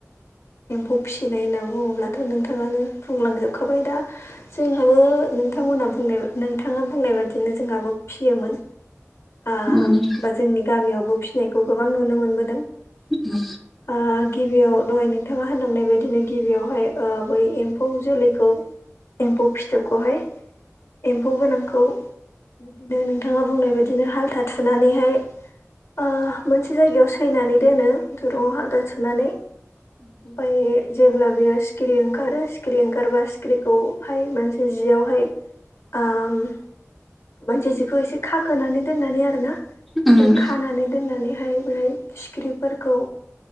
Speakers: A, on the left; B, in the centre.
A: एम्फौ फिसिनाय होनना बुङोब्लाथ' नोंथाङानो बुंलांजोबखाबाय दा जोंहाबो नोंथांमोनहा बुंनाय नोंथाङा बुंनाय बादिनो जोंहाबो फियोमोन। आ
B: उम
A: बा जोंनि गामियावबो फिसिनायखौ गोबां नुनो मोनबोदों।
B: उम
A: आ गिबियाव दहाय नोंथाङा होनलांनाय बायदिनो गिबियावहाय ओ बै एम्फौ जोलैखौ एम्फौ फिथोबखौहाय एम्फौ गोनांखौ बिदिनो नोंथाङा बुंनाय बायदिनो हाल्था थुनानैहाय ओ मोनसे जायगायाव सैनानै दोनो दुरुुङाव हालथा सुनानै ओमफाय जेब्ला बेयो सिखिरि ओंखारो सिखिरि ओंखारबा सिखिरिखौहाय मोनसे जियावहाय आ मोनसे जिखौ एसे खाखोनानै दोननानै आरोना ओमफ्राय
B: उम
A: खानानै दोननानैहाय बेहाय सिखिरिफोरखौ